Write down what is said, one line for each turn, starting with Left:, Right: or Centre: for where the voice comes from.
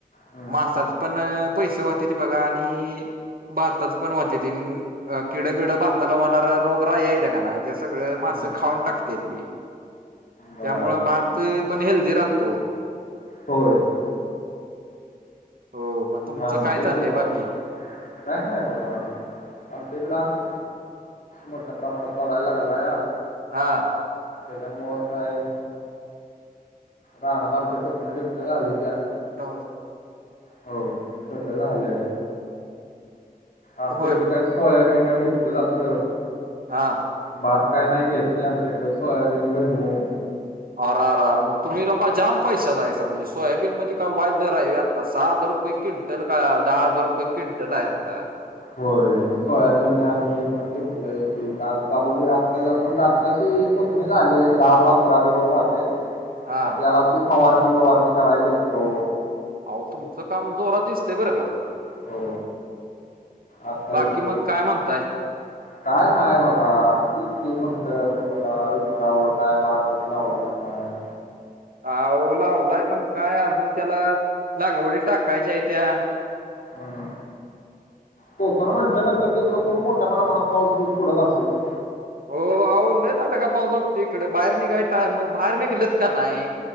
Left: हम्म
Right: मासात पण पैस वाते त बघा आणि बहातच पण वाहते ती किड बिड बहात त्याला होणारा रोग रा य त्या का नाही त्या सगळ
Left: हम्म
Right: मास खाऊन टाकते ती
Left: बर
Right: त्यामुळं भात पण हेल्दी राहतो
Left: होय
Right: हो मग तुमचं
Left: राम
Right: काय
Left: तेक
Right: चाललंय
Left: आहे त
Right: बाकी
Left: काय ना बघा आमचेकडच मोठा प्र म्ह तडा हलागला
Right: हा
Left: ैजा मह काय राहना पाणच्या टोकण्या बकण्या झााली त्या
Right: तर
Left: हो सगळ झालंय आमच्या
Right: होय
Left: इकडे काय सोयाबीन घेतलं जात
Right: हा
Left: भात काय नाही घेत त आमच्या इकडे सो आय बीन बा मूव
Right: अररर मग तुम्ही लोका जाम पैशसा दायं म्हणजे सोयाबीन म्हणजे काय वाद्य राही सहा हजार रुपये क्विंटल का दहा हजार रुपये क्विंटल आहेत का
Left: होय सोयाबीन आणिही पण घेतलंय पी आज बघ आत्ताच्या अजून तशी तोखणे झाले एक दहा पंधरा दिवस झाले
Right: हा
Left: मग त्याला ती फवारणी बिवारणी करायची तो
Right: अह तुमचं काम जोरात दिसते बरं का
Left: हो आपताविष
Right: बाकी मग काय म्हणताय
Left: काय नाही बघा क म्हंटलं तुम्हाला विचारावं काय बा कतला वाला करना आहे
Right: आ ओला ओलाय पण काय अजून त्याला लागवडी टाकायच्या आहे त्या्या
Left: हम् कोकण म्हटल्यानंतर तिकडं खूप मोठ्या प्रमाणात पाऊस दिस पडत असेल ब
Right: हो आवल आट का पाऊस इकडे बाहेर निघाय टायम म्हणजे बाहेर निघेलेत का नाही